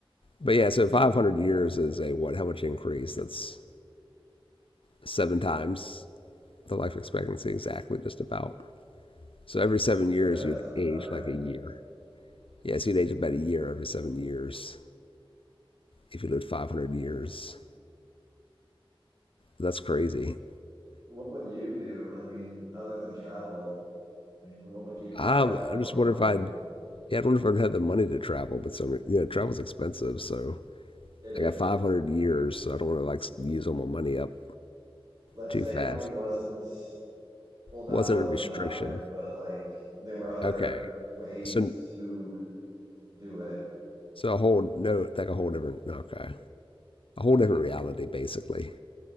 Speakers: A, on the left; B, on the right.
A: But yeah,
B: yeah
A: so 500 years is a what? How much increase? That's seven times the life expectancy, exactly, just about. So every seven years,
B: yeah that
A: you'd
B: sounds
A: age
B: about right
A: like a year. Yeah, so you'd age about a year every seven years if you lived 500 years. That's crazy.
B: what would you do i mean other than travel i mean what would you try
A: I'm,
B: to do
A: I just
B: or want
A: wonder if
B: to
A: I'd
B: do
A: yeah, I don't know if I'd have the money to travel, but some, you know, travel's expensive. So
B: it is
A: I got 500 years. So I don't want to like use all my money up
B: let's
A: too
B: say
A: fast.
B: money wasn't well, not
A: Wasn't
B: wasn't
A: a restriction.
B: an object, but like there were other
A: Okay.
B: ways
A: So,
B: to do it.
A: so a whole, no, like a whole different, no, okay. A whole different reality, basically.